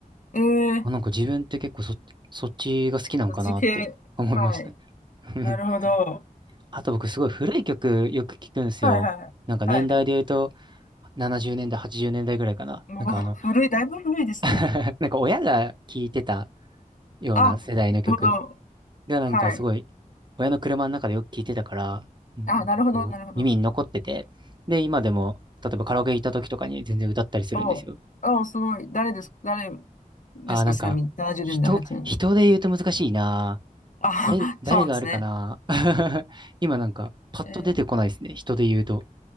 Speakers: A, on the left; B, on the right.
A: えー、
B: あ、なんか自分って結構そ、そっちが好きなんかなって思いましたね。
A: そっち系。はい。
B: <laughs>
A: なるほど。
B: あと僕すごい古い曲よく聞くんですよ。
A: はいは
B: なんか年代で言うと
A: い。はい。
B: 70年代、80年代ぐらいかな。
A: もう、
B: なんかあの
A: 古い、だいぶ古いですね。
B: <laughs> なんか親が聞いてたような世代の曲
A: あ、なるほど。
B: がなんかすごい
A: はい。
B: 親の車の中でよく聞いてたから、うんなんかこう耳に残ってて、
A: あ、なるほど、なるほど。
B: で今でも例えばカラオケ行った時とかに全然歌ったりするんですよ。
A: おー、おうすごい。誰ですか誰ですかちなみに、
B: ああ、なんか人、
A: 70年代、80年
B: 人で言うと難しいな。
A: あ、
B: 誰、
A: <laughs>
B: 誰があるかな。
A: そうなんですね。
B: <laughs> 今なんかパッと出てこないですね。
A: えー、
B: 人で言うと。